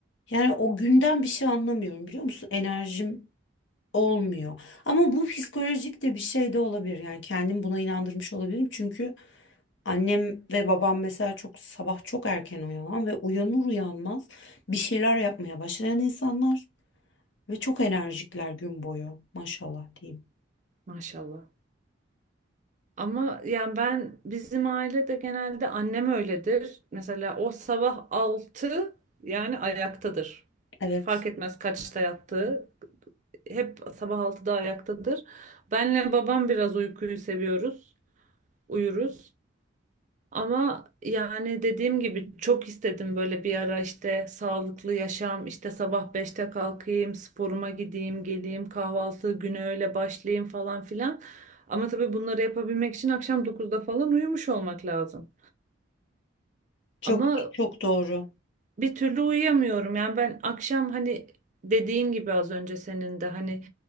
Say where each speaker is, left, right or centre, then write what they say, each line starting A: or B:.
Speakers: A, on the left; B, on the right.
A: Yani o günden bir şey anlamıyorum biliyor musun? Enerjim olmuyor. Ama bu psikolojik de bir şey de olabilir. Yani kendim buna inandırmış olabilirim çünkü Annem ve babam mesela çok sabah çok erken uyanan ve uyanır uyanmaz bir şeyler yapmaya başlayan insanlar ve çok enerjikler gün boyu maşallah diyeyim.
B: maşallah. Ama yani ben bizim ailede genelde annem öyledir. Mesela o sabah altı yani ayaktadır.
A: Evet,
B: Fark etmez kaçta yattığı. Hep sabah altıda ayaktadır. Benle babam biraz uykuyu seviyoruz. Uyuruz. Ama yani dediğim gibi çok istedim böyle bir ara işte sağlıklı yaşam, işte sabah beşte kalkayım, sporuma gideyim, geleyim, kahvaltı güne öyle başlayayım falan filan. Ama tabii bunları yapabilmek için akşam dokuzda falan uyumuş olmak lazım.
A: çok
B: Ama
A: çok doğru.
B: bir türlü uyuyamıyorum. Yani ben akşam hani dediğin gibi az önce senin de hani